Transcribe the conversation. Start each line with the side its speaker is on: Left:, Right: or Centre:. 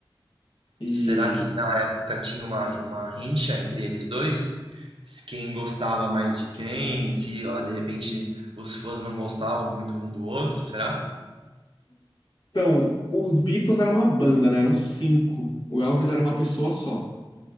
Left: E
Right: Será que na época tinha uma, uma rincha entre eles dois? Se Quem gostava mais de quem? Se ó, de repente os fãs não gostavam muito um do outro, será?
Left: então, os Beatles era uma banda, né? Eram cinco. O Elvis era uma pessoa só.